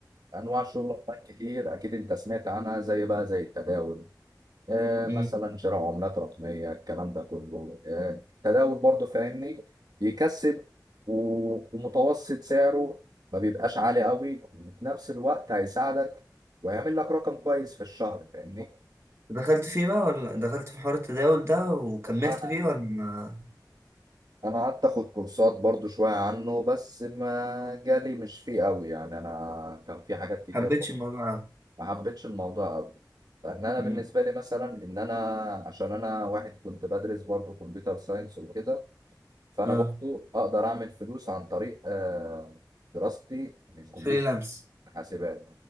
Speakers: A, on the right; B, on the right.
A: انواع شغل اونلاين كتير اكيد انت سمعت عنها زي بقى زي التداول آه
B: مم.
A: مثلا شراء عملات رقميه الكلام ده كله آه التداول برضو فاهمني بيكسب و- ومتوسط سعره ما بيبقاش عالي قوي وفي نفس الوقت هيساعدك ويعمل لك رقم كويس في الشهر فاهمني
B: دخلت فيه بقى ولا دخلت في حوار التداول ده وكملت
A: انا
B: فيه ولا ما
A: انا قعدت اخد كورسات برضو شويه عنه بس ما جالي مش فيه قوي يعني انا كان في حاجات كتير
B: حبيتش الموضوع أوي؟
A: ما حبيتش الموضوع قوي لان انا
B: مم.
A: بالنسبه لي مثلا ان انا عشان انا واحد كنت بدرس برضه كمبيوتر ساينس وكده فانا
B: اه
A: برضه اقدر اعمل فلوس عن طريق آه، دراستي للكمبيوتر
B: فريلانس
A: حاسبات